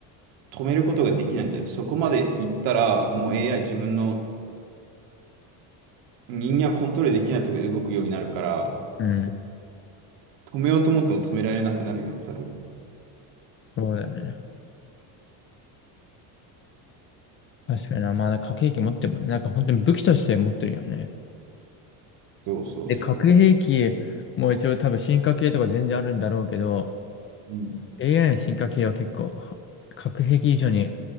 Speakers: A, on the right; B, on the left.
A: 止めることができないんじゃないそこまでいったらもう AI 自分の人間はコントロールできないところで動くようになるから、
B: うん。
A: 止めようと思っても止められなくなるよね、多分。
B: そうだよね。確かにな。まあ、なんか核兵器持ってるもんね。なんか本当に武器として持ってるよね。
A: そうそうそう。
B: で、核兵器も一応多分進化系とか全然あるんだろうけど、
A: うん。
B: AI の進化系は結構、は核兵器以上に